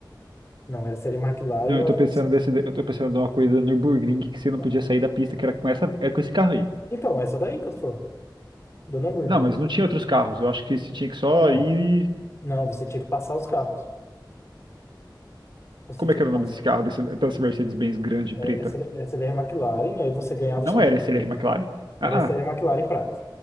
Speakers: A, on the left; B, on the right.
A: Não, era SL McLaren,
B: Não,
A: eu
B: eu
A: acho.
B: tô pensando
A: que-
B: desse, eu tô pensando numa corrida no Nürburgring que você não
A: Não.
B: podia sair da pista, que era com essa, era com esse carro aí.
A: Então, é essa daí que eu tô falando, da Nürburgring.
B: Não, mas não tinha outros carros. Eu acho que você tinha que só
A: Não,
B: ir.
A: não, você tinha que passar os carros. Você
B: Como
A: tinha
B: é que
A: que
B: era
A: passar
B: o nome desse carro, dessa, dessa Mercedes-Benz grande
A: é,
B: preta?
A: SL, SL McLaren, aí você ganhava
B: Não
A: o saldo.
B: era esse era McLaren. Ah,
A: Era essa
B: ah,
A: aí, a McLaren prata.